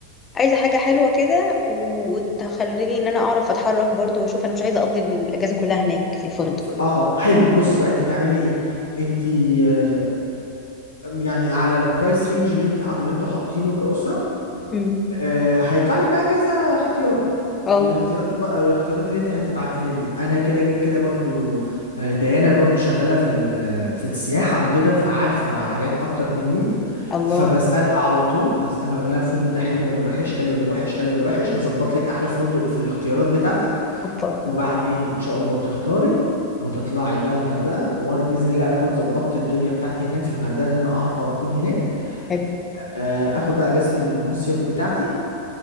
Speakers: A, on the left; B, on the left.
A: عايزه حاجه حلوه كده وتخليني ان انا اعرف اتحرك برضو واشوف انا مش عايزه اقضي الاجازه كلها هناك في الفندق
B: ف- اه حلو بص بقى انت تعملي ايه انت آه، يعني على البرايس رينج اللي انت اللي انتوا حاطينه كأسرة
A: امم
B: آه، هيطلع لي بقى كذا اختيار
A: اه
B: الاختيار بقى الاختيارات اللي انت هتبعتيها لي انا كده كده برضو آه، ديانا برضو شغالة في ال- في السياحة وكده فعارفة حاجات اكتر مني
A: الله
B: فبسألها على طول هسألها اقول لها الفندق ده حلو ولا وحش حلو ولا وحش حلو ولا وحش هظبط لك احلى فندق في الاختيارات بتاعتك
A: اوبا
B: وبعدين ان شاء الله تختاري وتطلعي بقى الغردقه وانا باذن الله اكون ظبطت الدنيا بتاعتي هناك في الغردقه ان انا اعرف اكون هناك
A: حلو
B: آه، اخد بقى اجازه المصيف بتاعتي